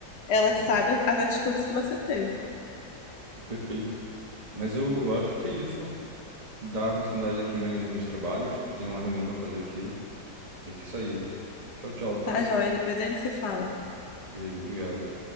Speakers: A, on the left; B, on the right.
A: Ela
B: sim,
A: sabe as atitudes que você teve.
B: perfeito. Mas eu, eu acho que é isso, dá continuidade aqui me- nos meus trabalhos, tem uma reunião pra fazer aqui, tem que sair. Tchau, tchau, tá?
A: Tá, joia? Depois a gente se fala.
B: Beijo, obrigado.